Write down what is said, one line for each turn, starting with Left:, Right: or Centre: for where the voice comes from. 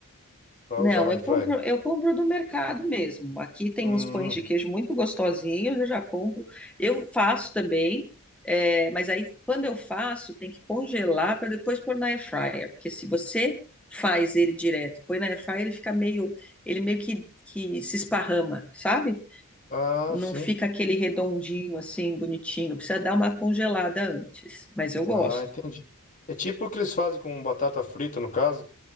Left: Pra
Centre: Não,
Left: usar na airfryer.
Centre: eu compro, eu compro do mercado mesmo. Aqui tem
Left: Hum,
Centre: uns pães de queijo muito gostosinhos, eu já compro. Eu faço também, é, mas aí quando eu faço, tem que congelar para depois pôr na air fryer, porque se você faz ele direto e põe na air fryer, ele fica meio, ele meio que, que se esparrama, sabe?
Left: ah,
Centre: Não
Left: sim.
Centre: fica aquele redondinho assim, bonitinho. Precisa dar uma congelada antes, mas eu
Left: Ah,
Centre: gosto.
Left: entendi. É tipo o que eles fazem com batata frita, no caso.